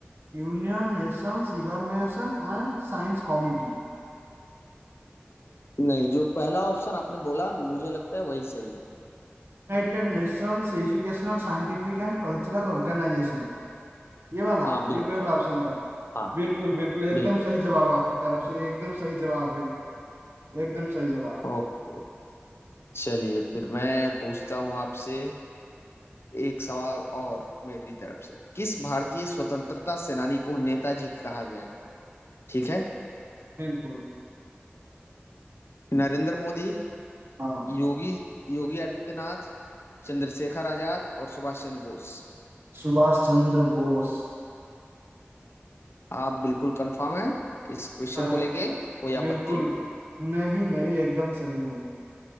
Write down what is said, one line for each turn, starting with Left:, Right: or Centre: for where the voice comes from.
Right: Union nations evaluation and science committee
Left: नहीं जो पहला ऑप्शन आपने बोला मुझे लगता है वही सही है
Right: United nations educational scientific and cultural organization ये वाला
Left: हाँ बिल्कुल
Right: ये पहला option था
Left: हाँ
Right: बिल्कुल बिल्कुल एकदम
Left: बिल्कुल
Right: सही जवाब आपकी तरफ से ये एकदम सही जवाब है एकदम सही जवाब
Left: ओके चलिए फिर मैं पूछता हूँ आपसे एक सवाल और मेरी तरफ से किस भारतीय स्वतंत्रता सेनानी को नेताजी कहा गया है ठीक है
Right: बिल्कुल
Left: नरेंद्र मोदी
Right: हाँ
Left: योगी योगी आदित्यनाथ चंद्रशेखर आजाद और सुभाष चंद्र बोस
Right: सुभाष चंद्र बोस
Left: आप बिल्कुल कंफर्म हैं इस क्वेश्चन
Right: आ,
Left: को लेके कोई
Right: बिल्कुल
Left: आपत्ति
Right: नहीं नहीं एकदम सही हूँ